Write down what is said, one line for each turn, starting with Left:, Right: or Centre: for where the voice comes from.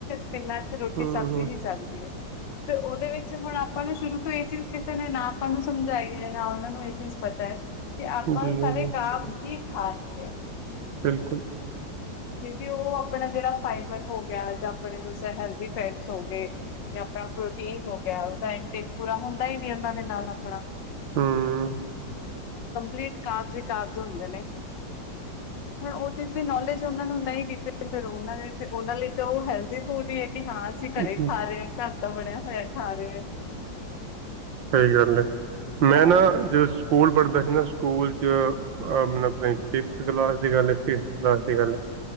Left: ਤਿੰਨਾਂ ਰੋਟੀ
Right: ਹੂੰ
Left: ਸਬਜ਼ੀ
Right: ਹੂੰ
Left: ਹੀ ਚੱਲਦੀ ਏ। ਤੇ ਉਹਦੇ ਵਿੱਚ ਹੁਣ ਆਪਾਂ ਨੂੰ ਸ਼ੁਰੂ ਤੋਂ ਇਹ ਚੀਜ਼ ਕਿਸੇ ਨੇ ਨਾ ਆਪਾਂ ਨੂੰ ਸਮਝਾਈ ਹੈ, ਨਾ ਉਹਨਾਂ ਨੂੰ ਇਹ ਚੀਜ਼ ਪਤਾ ਹੈ। ਕਿ ਆਪਾਂ
Right: ਜੀ ਜੀ ਜੀ,
Left: ਸਾਰੇ ਕਾਬਜ਼ ਹੀ ਖਾਤੇ ਹੈ।
Right: ਬਿਲਕੁਲ
Left: ਕਿਉਂਕਿ ਉ ਆਪਣਾ ਜਿਹੜਾ ਫਾਈਬਰ ਹੋ ਗਿਆ ਜਾਂ ਆਪਣੇ ਦ ਹੈਲਦੀ ਫੈਟਸ ਹੋ ਗਏ। ਤੇ ਆਪਣਾ ਪ੍ਰੋਟੀਨ ਹੋ ਗਿਆ, ਉਹਦਾ ਇਨਟੇਕ ਪੂਰਾ ਹੁੰਦਾ ਹੀ ਨ ਉਹਨਾਂ ਦੇ ਨਾਲ ਆਪਣਾ।
Right: ਹੂੰ।
Left: ਕੰਪਲੀਟ ਕਾਬਜ਼ੀ-ਕਾਬਜ਼ ਹੁੰਦੇ ਨੇ ਹੁਣ ਉਹ ਚੀਜ਼ ਦੀ ਨੌਲੇਜ ਉਹਨਾਂ ਨੂੰ ਨਹੀਂ ਗੀ ਫੇਰ ਉਹ ਨੇ ਉਹਨਾਂ ਲਈ ਤਾਂ ਉਹ ਹੈਲਦੀ ਫੂਡ ਏ। ਕਿ ਹਾਂ ਅਸੀਂ
Right: ਹੂੰ,
Left: ਘਰੇ ਖਾ ਰਹੇ ਹਾਂ, ਘਰ ਤਾਂ ਬਣਿਆ ਹੋਇਆ ਖਾ ਰਹੇ ਹਾ।
Right: ਸਹੀ ਗੱਲ ਏ, ਮੈਂ
Left: ਹਾਂ
Right: ਨਾ ਜਦੋਂ ਸਕੂਲ ਪੜ੍ਹਦਾ ਸੀ ਨਾ ਸਕੂਲ 'ਚ ਆ ਮੈਨੂੰ ਲੱਗਦਾ ਸਿਕਸ ਕਲਾਸ ਦੀ- ਸਿਕਸ ਕਲਾਸ ਦੀ ਗੱਲ ਐ